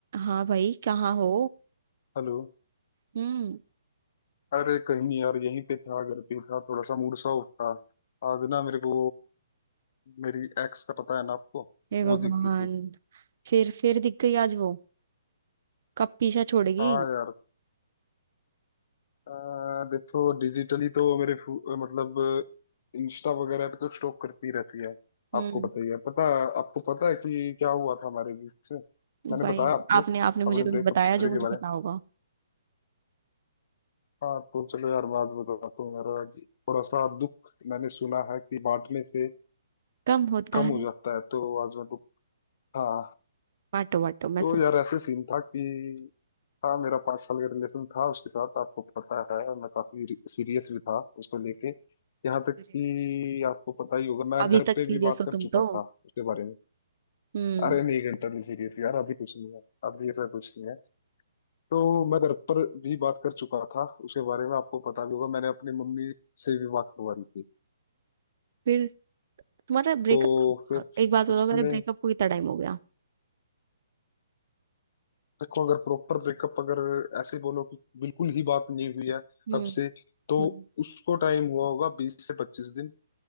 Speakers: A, on the right; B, on the left.
A: हाँ भाई कहाँ हो
B: Hello
A: हम्म
B: अरे कहीं नहीं यार यहीं पे था घर पे था थोड़ा सा मूड सा उठा आज ना मेरे को मेरी एक्स का पता है ना आपको
A: हे
B: वो
A: भगवान
B: दिख गई थी
A: फिर फिर दिख गई आज वो कब पीछा छोड़ेगी
B: हाँ यार आ, देखो डिजिटली तो मेरे फो- मतलब इंस्टा वगैरह पे तो स्टॉक करती रहती है
A: हम्म
B: आपको पता ही है पता आपको पता है कि क्या हुआ था हमारे बीच में मैंने
A: भाई
B: बताया आपको
A: आपने आपने मुझे
B: अपने
A: कभी
B: ब्रेकअप
A: बताया
B: स्टोरी
A: जो मुझे
B: के बारे
A: पता
B: में
A: होगा
B: हाँ तो चलो यार मैं आज बताता हूँ मेरा आज थोड़ा सा दुख मैंने सुना है कि बांटने से
A: कम होता
B: कम हो
A: है
B: जाता है तो आज मैं तो हाँ
A: बांटो बांटो मैं
B: तो
A: सोच
B: यार ऐसे सीन था कि हाँ मेरा पाँच साल का रिलेशन था उसके साथ आपको पता है और मैं काफी सीरियस भी था उसको लेके यहाँ तक
A: रही
B: कि
A: हूँ
B: आपको पता ही होगा मैं
A: अभी
B: घर
A: तक
B: पे
A: सीरियस
B: भी बात
A: हो
B: कर
A: तुम
B: चुका
A: तो
B: था उसके बारे में
A: हम्म
B: अरे नहीं घंटा नहीं सीरियस यार अभी कुछ नहीं है अभी ऐसा कुछ नहीं है तो मैं घर पर भी बात कर चुका था उसके बारे में आपको पता भी होगा मैंने अपनी मम्मी से भी बात करवा दी थी
A: फिर तुम्हारा ब्रेकअप
B: तो
A: कब
B: फिर
A: हुआ? एक बात बताओ
B: उसने
A: मेरे ब्रेकअप को कितना टाइम हो गया
B: देखो अगर प्रॉपर ब्रेकअप अगर ऐसे बोलो कि बिल्कुल ही बात नहीं हुई है
A: हम्म
B: कब से तो
A: हम्म
B: उसको टाइम हुआ होगा बीस से पच्चीस दिन